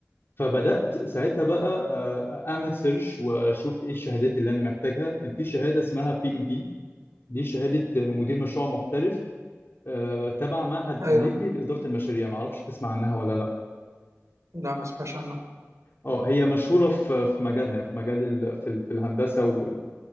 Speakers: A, on the left (about 50°); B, on the right (about 80°).
A: فبدات ساعتها بقى آه، اعمل سيرش واشوف ايه الشهادات اللي انا محتاجها كان في شهاده اسمها بي ام بي دي شهاده مدير مشروع محترف آه، تبع معهد
B: ايوه
A: امريكي لاداره المشاريع ما اعرفش تسمع عنها ولا لا
B: لا ما اسمعش عنه
A: اه هي مشهورة في في مجالنا في مجال ال... في ال... في الهندسة وال...